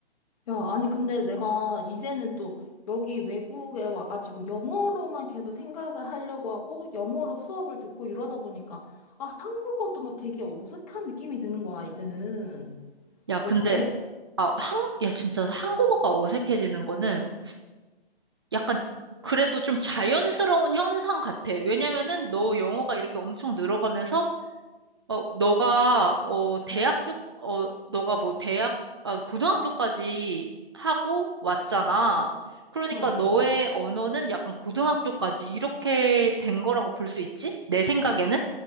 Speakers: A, on the left (about 35°); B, on the right (about 25°).
A: 야, 아니, 근데 내가 이제는 또 여기 외국에 와가지고 영어로만 계속 생각을 하려고 하고 영어로 수업을 듣고 이러다 보니까, 아, 한국어도 막 되게 어색한 느낌이 드는 거야, 이제는.
B: 야, 근데
A: 어때?
B: 아, 한, 야, 진짜 한국어가 어색해지는 거는 약간 지- 그래도 좀 자연스러운 현상 같아. 왜냐면은 너 영어가 이렇게 엄청 늘어가면서, 어, 너가, 어, 대학교, 어, 너가 뭐 대학, 아, 고등학교까지 하고 왔잖아. 그러니까
A: 응, 응.
B: 너의 언어는 약간 고등학교까지 이렇게 된 거라고 볼 수 있지? 내 생각에는?